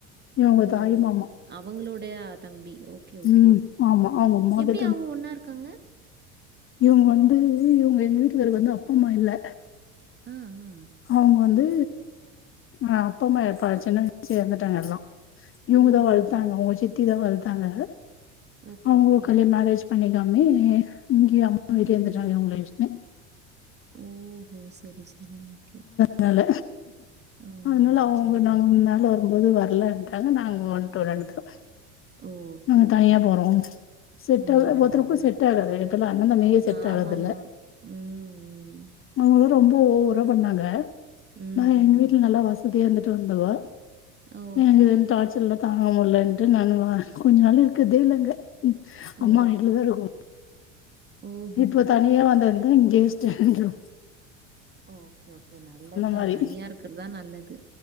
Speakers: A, on the left; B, on the right.
A: இவங்க
B: ஓ
A: தாய்
B: ஓகே
A: மாமா
B: அவுங்களோடைய தம்பி ஓ கே ஓகே
A: ம் ஆமா அவங்க அம்மாக்கு
B: எப்டி அவுங் ஒன்னா இருக்காங்க
A: இவுங்க வந்து இவுங்க எங்க வீட்டுகாருக்கு வந்து அப்பா அம்மா இல்ல
B: ஆ, ஆ.
A: அவங்க வந்து ஆ அப்ப அம்மா ப்ப சின்ன வயசுலே எறந்துட்டாங்க எல்லா இவங்கதா
B: ஓஹோ!
A: வள்த்தாங்க அவுங்க சி த்தி தா வள்த்தாங்க
B: ஓகே,
A: அவுங்க
B: ஓகே.
A: கல்யாண் மேரேஜ் பண்ணிக்காமே இங்கே அம்மா வீட்லே
B: ம்,
A: இருந்துட்டாங்க
B: ம்.
A: இவுங்ள வெஷ்னு
B: ஓஹோ செரி செரி ஓகே
A: னால
B: ஆ,
A: அதனால அவுங்க
B: சரிங்க.
A: நாங்க மேல வரும்போது வரல ன்டாங்க நாங்க வந்ட்டு ரெண்டு பேரு ஒரு
B: ஓகே,
A: நாங்க
B: ஓகேங்க.
A: தனியா போறோ செட்
B: ம்,
A: ஆவ்ல ஒத்தொருக்கு
B: ம்.
A: செட் ஆகாது இப்பெல்ல அண்ணன் தம்பிகே செட்
B: ஆமாமா.
A: ஆவர்தில்ல
B: ம் ம்
A: அவுங்களு ரொம்போ ஓவரா பண்ணாங்க
B: ம்ஹ்ம்.
A: நா எங்க வீட்ல நல்லா வசதியா இருந்துட்டு வந்தவோ
B: ஓ!
A: இவங்கள் டார்ச்சர் எல்லாம் தாங்க முல்லன்ட்டு நான் வா கொஞ்ச நாள் இருக்குதே இல்லங்க
B: ஓ!
A: அம்மா வீட்ல தான் இருக்கோ
B: ஓஹோ
A: இப்ப தனியே வந்தது இங்கே ஸ்டான்றோ
B: ஓகே ஓகே நல்லதுதான்
A: மாரி
B: தனியா இருக்கிறதான் நல்லது